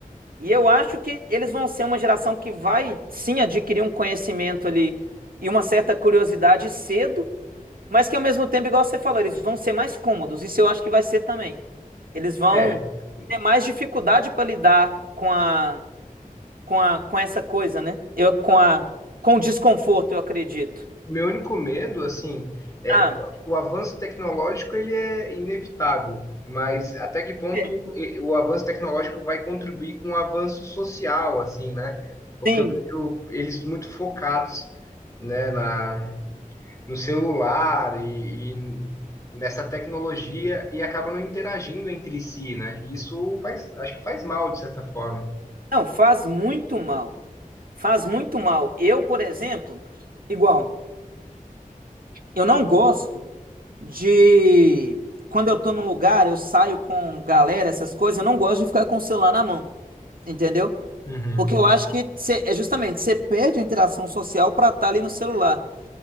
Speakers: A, on the right (about 85°); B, on the left (about 25°).
A: E eu acho que eles vão ser uma geração que vai sim adquirir um conhecimento ali e uma certa curiosidade cedo, mas que ao mesmo tempo, igual você falou, eles vão ser mais cômodos. Isso eu acho que vai ser também. Eles vão
B: É,
A: ter mais dificuldade para lidar com a, com a, com essa coisa, né? Eu com a com o desconforto, eu acredito.
B: Meu único medo, assim, é
A: Ah,
B: que o avanço tecnológico ele é inevitável, mas até que ponto
A: é,
B: e- o avanço tecnológico vai contribuir com o avanço social, assim, né? Porque
A: sim.
B: eu vejo eles muito focados, né, na, no celular e, e nessa tecnologia e acabam não interagindo entre si, né? E isso faz, acho que faz mal, de certa forma.
A: Não, faz muito mal. Faz muito mal. Eu, por exemplo, igual, eu não gosto de quando eu tô num lugar, eu saio com galera, essas coisas, eu não gosto de ficar com o celular na mão, entendeu?
B: Uhum.
A: Porque eu acho que cê- é justamente, você perde a interação social pra estar ali no celular.